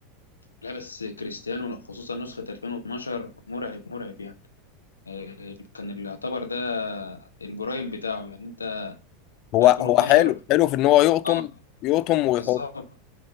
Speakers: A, on the left; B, on the left.
A: لا بس كريستيانو خصوصا نسخه 2012 مرعب مرعب يعني آه، كان اللي يعتبر ده البرايم بتاعه يعني انت
B: هو
A: في 2012
B: هو حلو حلو في ان هو يقطم
A: اه
B: يقطم ويحط
A: بالظبط